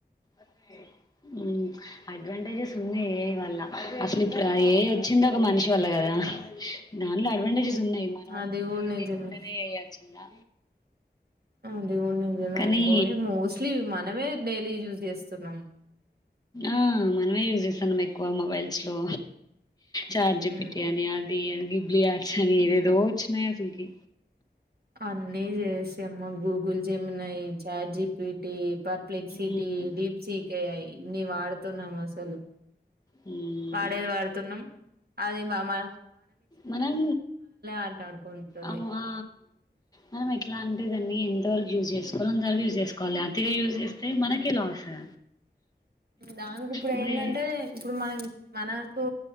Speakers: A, on the left; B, on the right.
A: అ హ్మ్ అడ్వాంటేజెస్ ఉనాయి ఏఐ వల్ల అసలు ఇప్పుడు ఏఐ వచ్చిందే ఒక మనిషి వల్ల కదా హా దానిలో అడ్వాంటేజెస్ ఉన్నాయి మన వల్ల
B: అది కూడా
A: తెలివి
B: నిజమే
A: లేకుండానే ఇగ వచ్చిందా
B: అది కూడా నిజమే
A: కానీ
B: అనుకో ఇగ మోస్ట్లీ మనమే డైలీ యూజ్ చేస్తున్నాం
A: ఆ మనమే యూజ్ చేస్తాన్నాం ఎక్కువ మొబైల్స్ లో చాట్
B: హ్మ్
A: జి పి టి అని అది గిబ్లి ఆర్ట్స్ అని
B: హ్మ్
A: ఏదేదో
B: అ
A: వచ్చినాయి అసలుకి
B: అన్నీ చేశాం Google Gemini chat G P T perplexity
A: హ్మ్
B: డీప్ సీకే ఇన్ని వాడుతున్నాం అసలు
A: హ్మ్
B: వాడేది వాడుతున్నాం అది మమ
A: మనం
B: ఆటాడుకుంటుంది.
A: అవు ఆ మనం ఎట్లా ఆన్ అే దాన్ని ఎంతవరకు యూస్ చేసుకోలో అంతవరకు యూజ్ చేసుకోలి అతిగా యూజ చేస్తే మనకె లాస్ <inaudible>
B: దానికి ఇప్పుడు
A: ఇప్పుడే
B: ఏదంటే ఇప్పుడు మనం మనకు